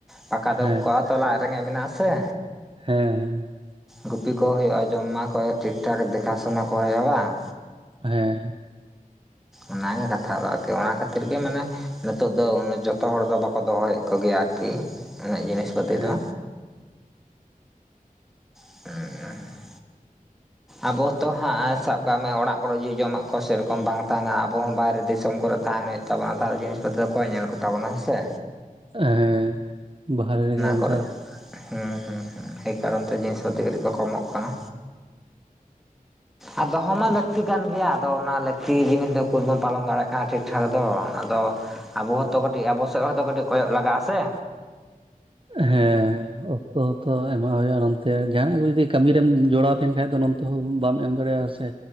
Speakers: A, in the centre; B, on the right.
A: ᱵᱟᱠᱷᱟᱡ ᱫᱚ
B: ᱦᱮᱸ
A: ᱩᱱᱠᱩᱣᱟᱜ ᱦᱚᱸᱛᱚ ᱞᱟᱡ ᱨᱮᱸᱜᱮᱡ ᱢᱮᱱᱟᱜ ᱟᱥᱮᱼᱼ
B: ᱦᱮᱸ ᱦᱮᱸ
A: ᱜᱩᱯᱤ ᱠᱚ ᱦᱩᱭᱩᱜ-ᱟ ᱡᱚᱢ ᱮᱢᱟᱠᱚ ᱦᱩᱭᱩᱜᱼᱟ ᱴᱷᱤᱠ ᱴᱷᱟᱠ ᱫᱮᱠᱷᱟᱥᱩᱱᱟ ᱠᱚ ᱦᱩᱭᱩᱜᱼᱟ ᱵᱟᱝ
B: ᱦᱮᱸ
A: ᱚᱱᱟᱜᱮ ᱠᱟᱛᱷᱟ ᱫᱚ ᱟᱨᱠᱤ ᱚᱱᱟ ᱠᱷᱟᱹᱛᱤᱨ ᱜᱮ ᱢᱟᱱᱮᱼᱼ ᱱᱤᱛᱚᱜ ᱫᱚ ᱡᱚᱛᱚ ᱦᱚᱲ ᱫᱚ ᱵᱟᱠᱚ ᱫᱚᱦᱚᱭᱮᱫ ᱠᱚᱜᱮᱭᱟ ᱟᱹᱨᱠᱤ ᱩᱱᱟᱹᱜ ᱡᱤᱱᱤᱥ ᱯᱟᱹᱛᱤ
B: ᱦᱮᱸ
A: ᱫᱚ᱾ ᱦᱩᱢ ᱟᱵᱚ ᱛᱚ ᱦᱟᱸᱜ ᱥᱟᱵ ᱠᱟᱜ ᱢᱮ ᱚᱲᱟᱜ ᱠᱚᱨᱮᱜ ᱡᱚᱫᱤ ᱡᱚᱢᱟᱜ ᱠᱚ ᱥᱮᱨᱚᱠᱚᱢ ᱵᱟᱝ ᱛᱟᱦᱮᱱᱟ ᱟᱵᱚ ᱵᱟᱭᱨᱮ ᱫᱤᱥᱚᱢ ᱠᱚᱨᱮ ᱛᱟᱦᱮᱱᱟ ᱦᱩᱜᱼᱼ ᱛᱟᱵᱚᱱᱟ ᱛᱟᱦᱚᱞᱮ ᱡᱤᱱᱤᱥ ᱯᱚᱛᱨᱚ ᱚᱠᱚᱭ ᱧᱮᱞ ᱠᱚᱛᱟ ᱵᱚᱱᱟ ᱦᱮᱸ ᱥᱮᱼᱼ
B: ᱮᱸ ᱵᱟᱦᱨᱮ ᱨᱮᱜᱮ ᱚᱱᱠᱟᱼᱼ
A: ᱠᱚᱨᱮ ᱦᱩᱸ ᱦᱩᱸ ᱦᱩᱸ ᱮ ᱠᱟᱨᱚᱱ ᱛᱮ ᱡᱤᱱᱤᱥ ᱯᱟᱛᱤ ᱠᱟᱹᱴᱤᱡ ᱠᱚ ᱠᱚᱢᱚᱜ ᱠᱟᱱᱟ᱾ ᱟᱨ ᱫᱚᱦᱚ ᱢᱟ ᱞᱟᱹᱠᱛᱤ ᱠᱟᱱ ᱜᱮᱭᱟ ᱟᱫᱚ ᱚᱱᱟ ᱞᱟᱹᱠᱛᱤ ᱡᱤᱱᱤᱥ ᱫᱚ ᱩᱠᱩᱨ ᱵᱚᱱ ᱯᱟᱞᱚᱱ ᱫᱟᱲᱮᱭᱟᱜ ᱠᱟᱱᱟ ᱴᱷᱤᱠ ᱴᱷᱟᱠ ᱫᱚ ᱟᱫᱚᱼᱼ ᱟᱵᱚ ᱦᱚᱸᱛᱚ ᱠᱟᱹᱴᱤᱡ ᱟᱵᱚ ᱥᱮᱫ ᱦᱚᱸᱛᱚ ᱠᱟᱹᱴᱤᱡ ᱠᱚᱭᱚᱜ ᱞᱟᱜᱟᱜᱼᱟ ᱥᱮ᱾
B: ᱦᱮᱸ ᱚᱠᱛᱚ ᱛᱚ ᱮᱢᱟᱜ ᱦᱩᱭᱩᱜᱼᱟ ᱱᱚᱱᱛᱮ ᱡᱟᱦᱟ ᱱᱟᱜ ᱠᱚ ᱡᱩᱫᱤᱼᱼ ᱠᱟᱹᱢᱤ ᱨᱮᱢ ᱡᱚᱲᱟᱣ ᱛᱟᱦᱮᱱ ᱠᱷᱟᱱ ᱫᱚ ᱱᱚᱱᱛᱮ ᱦᱚᱸ ᱵᱟᱢ ᱮᱢ ᱫᱟᱲᱮᱭᱟᱜᱼᱟ ᱥᱮ